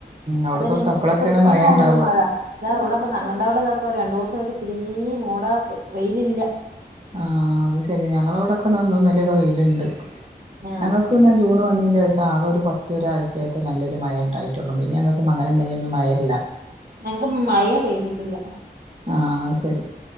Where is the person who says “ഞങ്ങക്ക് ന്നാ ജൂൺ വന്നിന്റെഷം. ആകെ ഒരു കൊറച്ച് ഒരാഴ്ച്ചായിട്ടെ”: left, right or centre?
Right